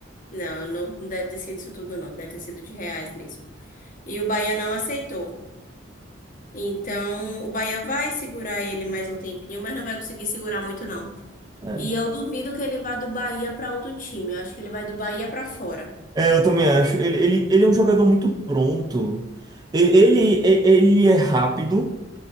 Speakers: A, on the left (about 45°); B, on the right (about 20°).
A: Não, não deve ter sido isso tudo, não. Deve ter sido de reais mesmo. E o Bahia não aceitou. Então, o Bahia vai segurar ele mais um tempinho, mas não vai conseguir segurar muito, não.
B: É.
A: E eu duvido que ele vá do Bahia para outro time. Eu acho que ele vai do Bahia para fora.
B: É, eu também acho. Ele, ele, ele é um jogador muito pronto. E- Ele, e- ele é rápido,